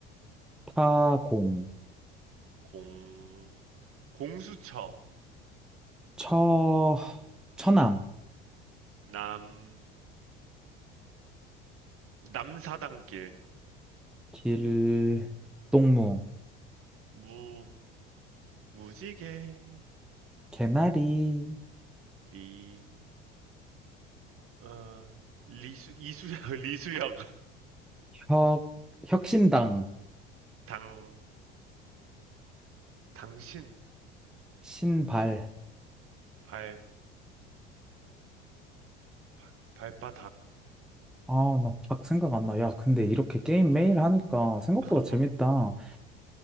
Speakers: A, in the centre; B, on the right (about 40°).
A: 타공,
B: 공. 공수처.
A: 처, 처남,
B: 남. 남사당길.
A: 길, 동무,
B: 무. 무지개.
A: 개나리,
B: 리. 어, 리수, 이수혁, <laughs> 리수혁.
A: 혁, 혁신당,
B: 당. 당신.
A: 신발.
B: 발. 발 발바닥.
A: 아, 나 딱 생각 안 나. 야, 근데 이렇게 게임 매일 하니까 생각보다
B: <laughs>
A: 재밌다.